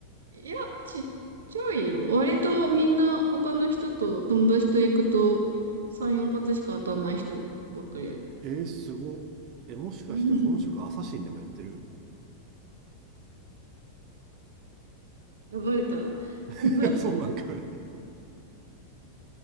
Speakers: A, on the right; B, on the right.
A: いや、ちっちゃいよ。割とみんな他の人と友達と行くと3、4発しか当たんない人ばっかりだ。
B: えー、すご。え、もしかして本職アサシンでもやってる
A: うん。あバレた。<laughs>
B: <laughs> そうなんかい。